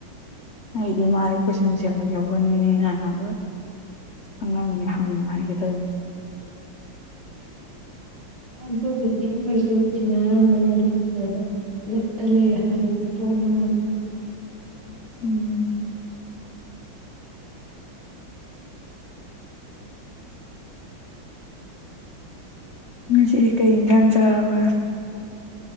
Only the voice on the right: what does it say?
ꯑꯗꯨꯕꯨꯗꯤ ꯑꯩꯈꯣꯏꯁꯨ ꯊꯤꯅꯔꯝꯕꯅꯦ ꯗꯣꯛꯇꯔꯗ ꯂꯤꯞꯇ ꯂꯩ ꯍꯥꯏꯕꯗꯨ ꯇꯣꯅ